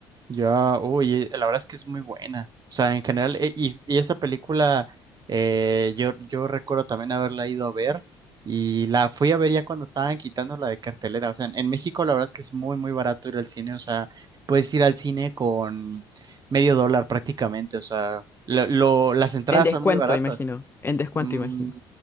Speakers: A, on the right; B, on the left.
A: Ya, uy, eh, la verdad es que es muy buena. O sea, en general, eh, y, y esa película, eh, yo, yo recuerdo también haberla ido a ver y la fui a ver ya cuando estaban quitándola de cartelera. O sea, en, en México la verdad es que es muy, muy barato ir al cine. O sea, puedes ir al cine con medio dólar prácticamente. O sea, lo, lo- las entradas
B: En descuento,
A: son muy baratas.
B: imagino. En descuento,
A: Mm,
B: imagino.